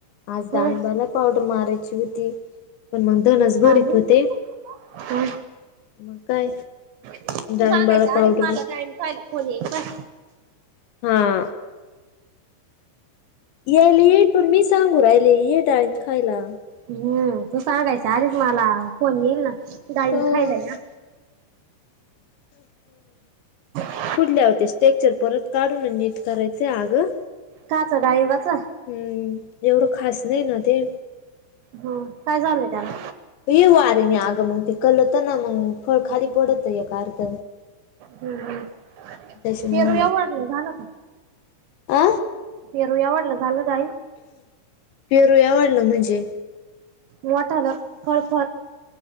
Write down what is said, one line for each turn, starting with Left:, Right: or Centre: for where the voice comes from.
Left: आज डाळिंबाला
Right: हा
Left: पावडर मारायची होती. त मंग तनस
Right: हा
Left: भरीत
Right: ना
Left: होते
Right: हा
Left: मग काय
Right: तू
Left: डाळिंबाला
Right: सांगायच आधीच
Left: पावडर
Right: मला डाळिंब खायला फोन येईल पाय
Left: हा. यायली पण मी सांगू राहिले ये डाळिंब खायला.
Right: मं तू सांगायचा आधीच मला फोन येईल ना डाळिंब
Left: हो
Right: खायला या <unintelligible>
Left: कुठल्यावर ते स्ट्रेक्चर परत काढून नीट करायचय अगं
Right: काआचा डाळिंबाचा
Left: हम्म एवढं खास नाय ना ते
Right: म काय झालंय त्याला
Left: येईल वाऱ्यांनी आगं मंग ते कलत ना मंग फळ खाली पडतय एक आर्ध
Right: हं हं
Left: त्याच्यामुळ
Right: पेरू एवाडलं झालं का?
Left: आ
Right: पेरू एवाढलं झालं डाळिंब
Left: पेरू एवाढलं म्हणजे
Right: मोठालं फळ फळ